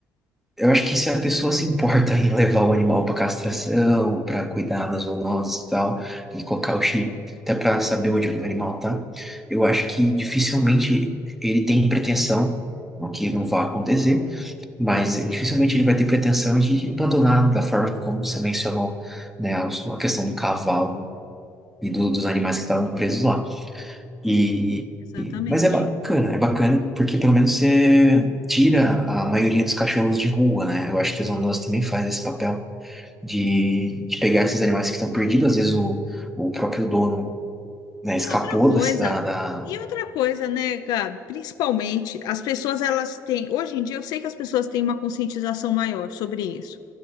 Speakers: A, in the centre; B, on the left.
A: Eu acho que se a pessoa se importa em levar o animal para castração, para cuidar das zoonoses e tal, e colocar o chip até para saber onde o animal tá, eu acho que dificilmente ele tem pretensão, o que não vai acontecer, mas dificilmente ele vai ter pretensão de abandonar da forma como você mencionou, né, a a questão do cavalo e do- dos animais que estavam presos lá. E,
B: exatamente.
A: mas é bacana, é bacana porque pelo menos você tira a maioria dos cachorros de rua, né? Eu acho que a zoonose também faz esse papel de, de pegar esses animais que estão perdidos. Às vezes o, o próprio dono, né,
B: E
A: escapou
B: outra coisa,
A: da, da, da-
B: e outra coisa, né, Gabi? Principalmente, as pessoas, elas têm. Hoje em dia, eu sei que as pessoas têm uma conscientização maior sobre isso.